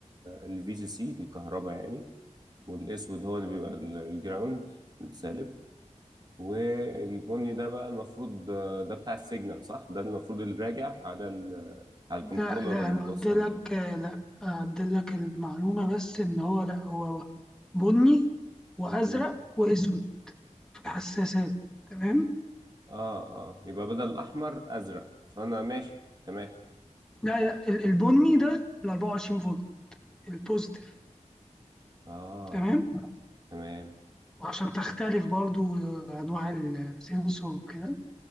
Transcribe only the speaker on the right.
الفي جي سي الكهرباء يعني والاسود هو اللي بيبقى ال- الجراوند السالب والبني ده بقى المفروض آه، ده بتاع السيجنال صح ده المفروض اللي راجع على على
الكنترولر
اللي
متوصل
بيه
مم.
اه اه يبقى بدل الاحمر ازرق فانا ماشي تمام
اه
تمام